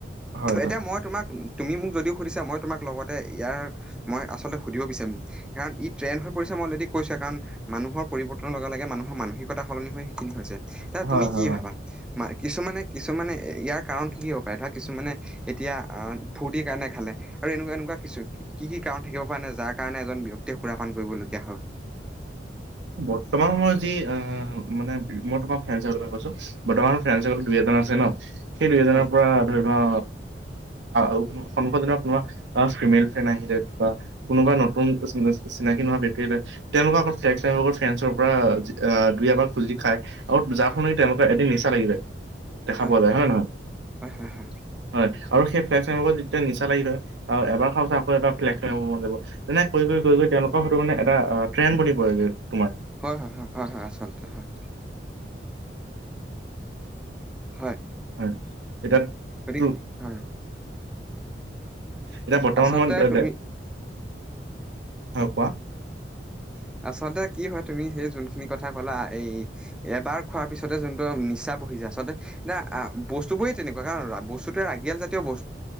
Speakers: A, on the right; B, in the centre.
A: হয়
B: এতিয়া
A: হয়
B: মই তোমাক তুমি মোক যদিও সুধিছা মই তোমাক লগতে ইয়াৰ মই আচলতে সুধিব বিচাৰিম কাৰণ ই ট্ৰেন হৈ পৰিছে। মই অলৰেদি কৈছোৱে কাৰণ মানুহৰ পৰিৰ্বতন লগে লগে মানুহৰ মানসিকতা সলনি হৈ সেইখিনি হৈছে, এ
A: হয় হয়
B: তুমি
A: হয়
B: কি
A: হয়
B: ভাবা? বা কিছুমানে কিছুমানে ইয়াৰ কাৰণ কি কি হ'ব পাৰে ধৰা কিছুমানে এতিয়া ফূৰ্তিৰ কাৰণে খালে আৰু এনেকুৱা এনেকুৱা কিছু কি কি কাৰণ থাকিব পৰে যাৰ কাৰণে এজন ব্য্ক্তিয়ে সুৰাপান কৰিবলগীয়া হয়?
A: বৰ্তমান সময়ত যি অ মানে মই তোমাৰ ফ্ৰেণ্ডৰ্চকোলৰ পৰা কৈছো বৰ্তমান ফ্ৰেণ্ডসকল দুই এজন আছে ন সেই দুই এজনৰ
B: হয়
A: পৰা ধৰি লোৱা উ কোন সন্মুখত কোনোবা ফিমেল ফেন আহিলে বা কোনোবা নতুন চিনাকি নহোৱা ব্যক্তি আহিলে তেওঁলোকৰ আ তেওঁলোকৰ ফ্ৰেণ্ডৰ পৰা দুই এবাৰ খুজি খায় আৰু যাৰ সলনি তেওঁলোকৰ এদিন নি লাগি য দেখা
B: হয়
A: পোৱা যায় হয়ে নহয়
B: হয় হয় হয় হয় হয় হয়
A: হয়। আৰু সেই ফ্ৰণ্ডৰ্চাকলত যেতিয়া নিচা লাগি থয় আৰু এবাৰ খোৱাৰ পাছ আকৌ এাৰ ফ্লেগ চম মন যাব। তেনে কৈ গৈ কৈ গৈ তেওঁলোকৰ হয়তো মানে এটা ট্ৰেন বনি পৰেগৈ তোমাৰ।
B: হয় হয় হয় হয় আচলতে হয়। হয়।
A: হয় <unintelligible>
B: গতিক
A: টো
B: হয়
A: এতিয়া বৰ্তমান
B: আচলতে
A: সময়ত
B: তুমি
A: এ, হয় কোৱা?
B: হয় <inaudible> আচলতে কি হয় তুমি সেই যোনখিনি কথা কলা, এই এবাৰ খোৱাৰ পিছতে যোনটো নিচা বহি আচলতে এতিয়া আ বস্তু বোৰে তেনেকুৱা, কাৰণ বস্তুত ৰাগিয়াল জাতীয় বস্তু,